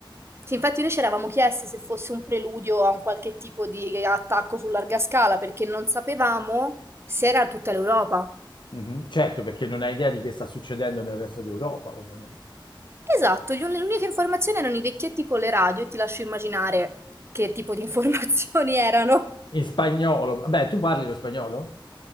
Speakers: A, on the right; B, on the left.
A: Sì, infatti noi ci eravamo chiesti se fosse un preludio a un qualche tipo di attacco su larga scala, perché non sapevamo se era tutta l'Europa.
B: Mhm. Certo, perché non hai idea di che sta succedendo nel resto d'Europa, ovviamente.
A: Esatto, gli un- le uniche informazioni erano i vecchietti con le radio e ti lascio immaginare che tipo di informazioni <laughs> erano.
B: In spagnolo. Beh, tu parli lo spagnolo?